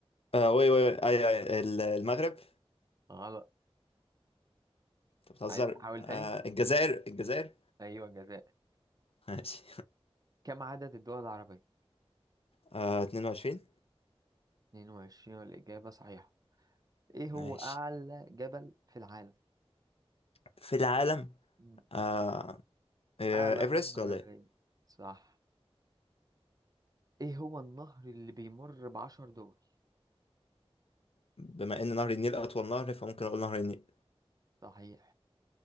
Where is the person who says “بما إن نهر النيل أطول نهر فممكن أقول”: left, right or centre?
Left